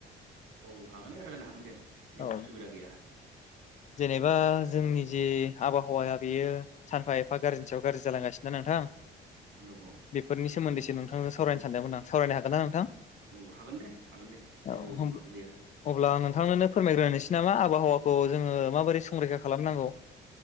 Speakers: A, on the right; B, on the left.
A: औ हागोन ए रायज्लायनो हागोन दे। जेबो
B: औ
A: उसुबिदा गैया।
B: जेनेबा जोंनि जि आबहावाया बेयो सानफा एफा गाज्रिनि सायाव गाज्रि जालांगासिनो दा नोंथां
A: औ औ
B: बेफोरनि सोमोन्दै सि से नोंथांजों सावरायनो सानदोंमो आं सावरायनो हागोन ना नोंथां?
A: औ हागोन दे हागोन दे जेबो
B: औ
A: माबा गैया
B: अब्ला नोंथांनोनो फोरमायग्रोनोस नामा आबहावाखौ जोङो माबोरै संरैखा खालामनांगौ